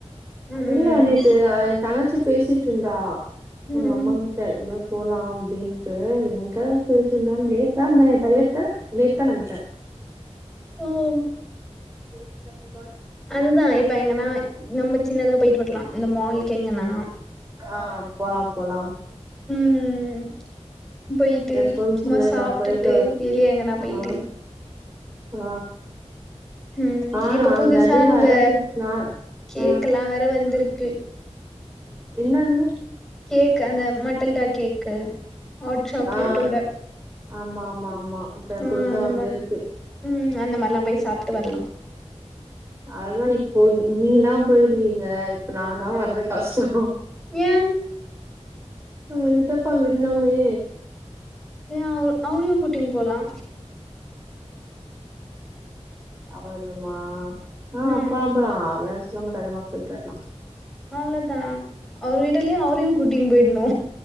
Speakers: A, in the centre; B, on the right (about 25°).
A: ம்
B: இல்ல நேத்து அ என் தங்கச்சி பேசிட்ருந்தா
A: ம்
B: அம்மாங்கிட்ட என்னா போலா அப்டின்ட்டு எங்க பேசிர்ந்தாலு நேத்தா முந்தாநேத்தா நேத்தா நேத்தா நெனைக்க
A: ஐயோ அது
B: கேட்ட விதா
A: அதுதா இப்ப எங்கனா நம்ம சின்னதா பேய்ட்டு வர்லா இந்த மால்க் எங்கனா
B: ஆ போலா போலாம்
A: ம் போயிட்டு
B: எப்போன்னு
A: சும்மா
B: சொல்லுங்க
A: சாப்ட்டுட்டு
B: போயிட்டு வர
A: வெளிய எங்கனா பேட்டு
B: ஆ ஆ
A: ம்
B: ஆ
A: இப்ப
B: நான்
A: புதுசா
B: தாண்டி
A: இந்த
B: வர்றது நான்
A: கேக்லா
B: ஆ
A: வேற வந்துருக்கு
B: என்னது
A: கேக் அந்த மட்டல்டா கேக்கு ஹாட் சாக்லேட்டோட
B: ஆ ஆ ஆ ஆமா ஆமா ஆமா இப்ப
A: ம்
B: புதுசா
A: அந்த
B: வந்திருக்கு
A: மாரி ம் அந்த மாரிலா போய் சாப்ட்டு வர்லா
B: அதுதா இப்போ நீங்லா போயிடுவீங்க இப்ப நா தா வர்றது கஷ்டோ
A: ஏன்
B: எங் சித்தப்பா விட்னுமே
A: ஏன் அவர் அவரையு கூட்டின் போலா
B: அவரையுமா ஆ
A: ம்
B: போலா போலா அத்லாம் எது சொல்லா மாட்டாரு வா போய்ட்டு வரலா
A: அவ்ளதா அவர் விடுலயா அவரையு கூட்டின் போயின்னு